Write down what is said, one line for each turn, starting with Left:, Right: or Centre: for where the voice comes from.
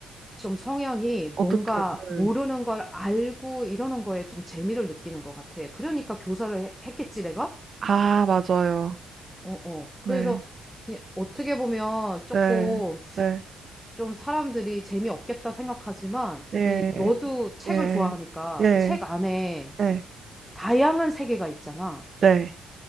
Centre: 좀 성향이
Right: 어떻게,
Centre: 뭔가
Right: 네.
Centre: 모르는 걸 알고 이러는 거에 좀 재미를 느끼는 것 같아. 그러니까 교사를 해- 했겠지, 내가?
Right: 아, 맞아요.
Centre: 어, 어. 그래서
Right: 네,
Centre: 이- 어떻게 보면 조금
Right: 네, 네.
Centre: 좀 사람들이 재미없겠다 생각하지만
Right: 예,
Centre: 이 너도 책을
Right: 예,
Centre: 좋아하니까
Right: 예,
Centre: 책 안에
Right: 예,
Centre: 다양한 세계가 있잖아.
Right: 네.